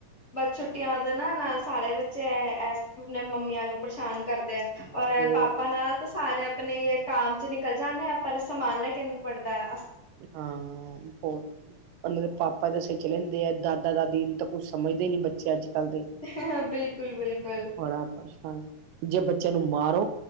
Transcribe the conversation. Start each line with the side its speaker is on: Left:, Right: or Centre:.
Left: ਬਟ ਛੁੱਟੀਆਂ ਦੇ ਨਾ ਨਾਲ ਸਾਲੇ ਬੱਚੇ ਏਸ ਮਮੀਆ ਨੂੰ ਪਰੇਸ਼ਾਨ ਕਰਦੇ ਆ ਔਰ
Right: ਬਹੁਤ
Left: ਇਹ ਪਾਪਾ ਨਾਲ ਸਾਰੇ ਆਪਣੇ ਕਾਮ ਚ ਨਿਕਲ ਜਾਨੇ ਆ ਪਰ ਸੰਭਾਲਨਾ ਕਿਨੂੰ ਪੜਦਾ।
Right: ਹਾਂ ਬਹੁਤ ਹਾਲੇ ਤੇ ਪਾਪਾ ਦੇ ਸਿਰ ਚੜੇ ਰਹਿੰਦੇ ਆ ਦਾਦਾ ਦਾਦੀ ਨੂੰ ਤੇ ਕੁਝ ਸਮਝਦੇ ਨਹੀਂ ਬੱਚੇ ਅੱਜ ਕੱਲ ਦੇ
Left: ਹ ਬਿਲਕੁਲ ਬਿਲਕੁਲ
Right: ਬੜਾ ਪਰੇਸ਼ਾਨ ਜੇ ਬੱਚਿਆਂ ਨੂੰ ਮਾਰੋ